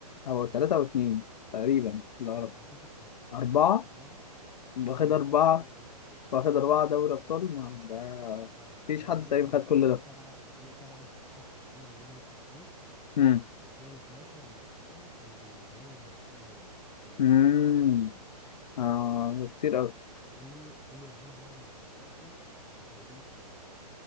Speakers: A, on the left; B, in the centre.
A: هو تلاتة او اتنين تقريبا اللي اعرف
B: لا أعتقد ثلاثة
A: اربعة
B: أربعة
A: واخد
B: أه أنا
A: اربعة
B: ما حسبتش 2001 دي
A: واخد اربعة دوري ابطال ما ده
B: أه
A: مفيش
B: ما هو
A: حد
B: بص
A: تقريبا
B: هو
A: خد
B: 2007
A: كل ده
B: 2007 ساعتها إحنا خسرنا من النجم الساحلي
A: امم
B: و2012 لما خدناها كان بيمرنا حسام البدري هو كان مشي
A: امم اه كتير اوي
B: قول لي قول لي لعيب لعب مع رونالدو في فرقتين مختلفين